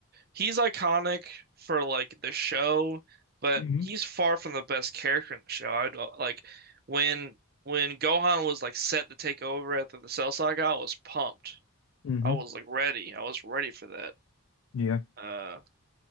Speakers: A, on the right (about 45°); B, on the left (about 70°).
A: He's iconic for like the show, but
B: hmm
A: he's far from the best character in the show. I'd uh, like when when Gohan was like set to take over after the Cell Saga, I was pumped.
B: hmm
A: I was like ready. I was ready for that.
B: Yeah.
A: Uh,